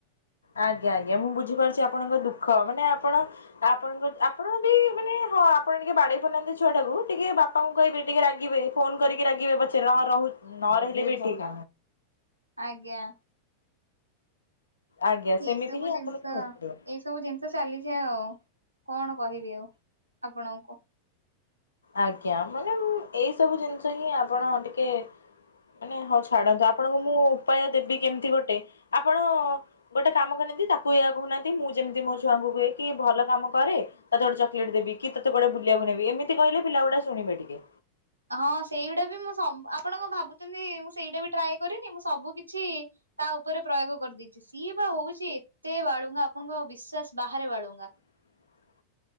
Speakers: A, on the left; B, on the right.
A: ଆଜ୍ଞା ଆଜ୍ଞା। ମୁଁ ବୁଝିପାରୁଛି ଆପଣଙ୍କ ଦୁଃଖ ମାନେ ଆପଣ ଆପଣଙ୍କ ଆପଣ ବି ମାନେ ହଁ, ଆପଣ ଟିକେ ବାଡେଇ ପାରୁନାହାନ୍ତି, ଛୁଆ ଟାକୁ। ଟିକେ ବାପାଙ୍କୁ କହିବେ ଟିକେ ରାଗିବେ ଫୋନ କରିକି ରାଗିବେ। ପଚାର ହଁ ରହୁ ନ ରହିଲେ ବି ଠିକ୍।
B: ଆଜ୍ଞା।
A: ଆଜ୍ଞା ସେମିତି
B: ଏଇ ସବୁ
A: ହିଁ
B: ଜିନିଷ,
A: ଆପଣଙ୍କୁ ପଡିବ
B: ଏଇ ସବୁ ଜିନିଷ ଚାଲି ଛି ଆଉ। କଣ, କହିବି ଆଉ ଆପଣଙ୍କୁ?
A: ଆଜ୍ଞା। ମାନେ ଏଇ ସବୁ ଜିନିଷ ହିଁ ଆପଣ ଟିକେ ମାନେ, ହଉ ଛାଡନ୍ତୁ। ଆପଣଙ୍କୁ ମୁଁ ଉପାୟ ଦେବି, କେମିତି ଗୋଟେ, ଆପଣ ଗୋଟେ କାମ କଲେ ତାକୁ ଏୟା କହୁନାହାନ୍ତି। ମୁଁ ଯେମିତି ମୋ ଛୁଆଙ୍କୁ କୁହେ, କି ଭଲ କାମ କରେ, ତୋତେ ଗୋଟେ ଚକୋଲେଟ୍ ଦେବି। କି ତତେ ଗୋଟେ ବୁଲିବାକୁ ନେବି। ଏମିତି କହିଲେ ପିଲା ଗୁଡା ଶୁଣିବେ ଟିକେ।
B: ହଁ ସେଇଗୁଡା ବି, ମୁଁ ସବୁ ଆପଣ କଣ ଭାବୁଛନ୍ତି, ମୁଁ ସେଇଟା ବି ଟ୍ରାଏ କରିନି, ମୁଁ ସବୁ କିଛି ତା ଉପରେ ପ୍ରୟୋଗ କରିଦେଇଛି। ସିଏ ବା ହଉଛି ଏତେ ବାଳୁଙ୍ଗା, ଆପଣଙ୍କ ବିଶ୍ଵାସ ବାହାରେ ବାଳୁଙ୍ଗା।
A: ହ <inaudible>